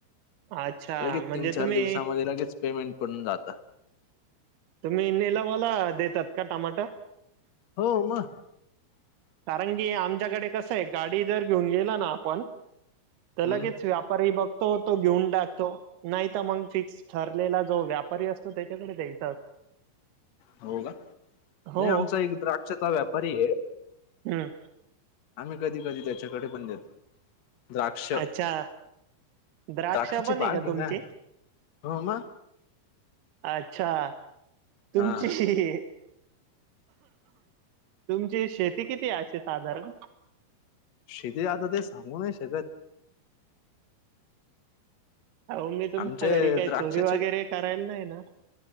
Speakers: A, on the right; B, on the left.
A: अच्छा
B: लगेच
A: म्हणजे
B: तीन चार
A: तुम्ही
B: दिवसामध्ये लगेच पेमेंट पडून जात
A: तुम्ही नेला वाला देतात का टामाटा
B: हो मग
A: कारण की आमच्याकडे कसं आहे गाडी जर घेऊन गेला ना आपण
B: हम्म
A: तर लगेच व्यापारीही बघ तो तो घेऊन टाकतो नाही तर मग फिक्स ठरलेला जो व्यापारी असतो त्याच्याकडे द्यायचं
B: हो का नाही
A: हो.
B: आमचा एक द्राक्षेचा व्यापारी हे
A: हम
B: आम्ही कधी कधी त्याच्याकडे पण देतो द्राक्ष
A: आच्छा द्राक्ष
B: द्राक्षाची
A: पण
B: बाग
A: आहे का तुमचे
B: ना हो मग
A: आच्छा तुमची
B: हा
A: हे तुमची शेती किती अशी साधारण
B: शितीे आता ते सांगू नाही शकत
A: अहो मी तुमच्या
B: आमचे
A: घरी काही
B: द्राक्षाचे
A: चोरी वगैरे करायला नाही येणार